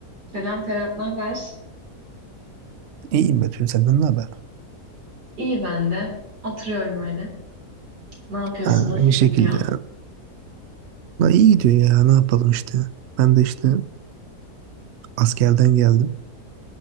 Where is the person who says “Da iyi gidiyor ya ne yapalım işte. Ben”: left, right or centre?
Right